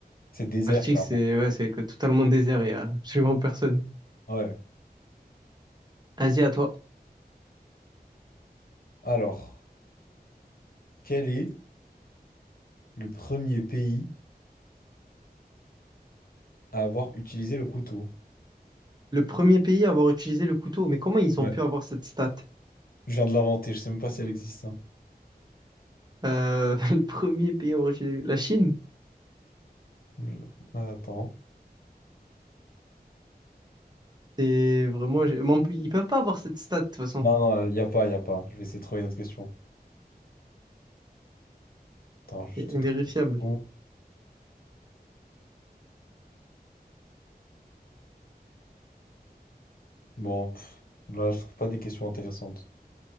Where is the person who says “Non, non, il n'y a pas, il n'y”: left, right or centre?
Left